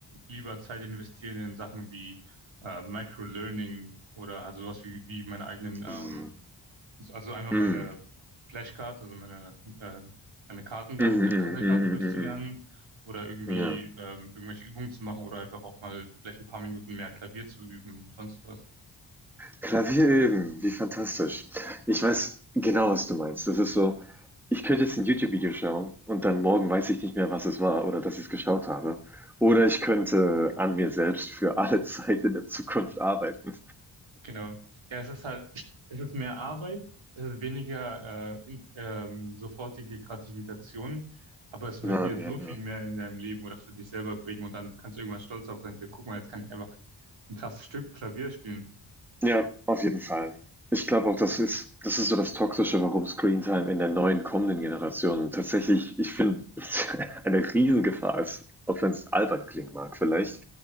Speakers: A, on the right (about 80°); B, in the centre.
A: lieber Zeit investieren in Sachen wie äh, Microlearning oder halt sowas wie, wie meine eigenen, ähm,
B: Mhm.
A: also einfach
B: Mhm.
A: meine Flashcards, also meine, äh, meine Karten da,
B: Mhm,
A: der
B: mhm,
A: Karten
B: mhm,
A: durchzulernen
B: mhm,
A: oder irgendwie
B: mhm. Ja.
A: ähm, irgendwelche Übungen zu machen oder einfach auch mal vielleicht ein paar Minuten mehr Klavier zu üben, sonst was.
B: Klavier üben, wie fantastisch. Ich weiß genau, was du meinst. Das ist so, ich könnte jetzt ein YouTube-Video schauen und dann morgen weiß ich nicht mehr, was es war oder dass ich es geschaut habe. Oder
A: Ja.
B: ich könnte an mir selbst für alle <laughs> Zeit in der Zukunft arbeiten.
A: Genau. Ja, es ist halt, es ist mehr Arbeit, es ist weniger äh, in, ähm, sofortige Gratifikation, aber es
B: Ja,
A: wird dir
B: ja,
A: so viel
B: ja.
A: mehr in deinem Leben oder für dich selber bringen und dann kannst du irgendwann stolz darauf sein, so, guck mal, jetzt kann ich einfach ein krasses Stück Klavier spielen.
B: Ja, auf jeden Fall. Ich glaube auch, das ist, das ist so das Toxische, warum Screentime in der neuen kommenden Generation tatsächlich, ich finde, <laughs> eine Riesengefahr ist, auch wenn es albern klingen mag vielleicht,